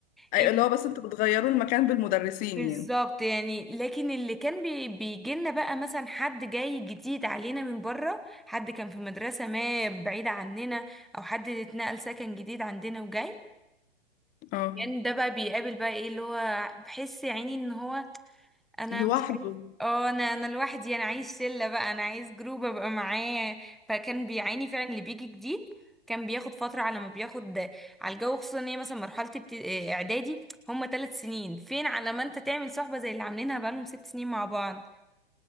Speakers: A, on the left; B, in the centre.
A: ايوه
B: ال-
A: اللي هو بس انتوا بتغيروا المكان بالمدرسين
B: بالظبط
A: يعني
B: يعني لكن اللي كان بي... بيجيلنا بقى مثلا حد جاي جديد علينا من بره حد كان في مدرسة ما بعيدة عننا او حد اتنقل سكن جديد عندنا وجاي
A: اه
B: يعني ده بقى بيقابل بقى ايه اللي هو بحس يا عيني ان هو انا
A: لوحده
B: مش عارف اه انا انا لوحدي انا عايز شله بقى انا عايز جروب ابقى معاه فكان بيعاني فعلا اللي بيجي جديد كان بياخد فتره على ما بياخد على الجو خصوصا ان هي مثلا مرحله ابت- آه، اعدادي هم ثلاث سنين فين على ما انت تعمل صحبه زي اللي عاملينها بقالهم ست سنين مع بعض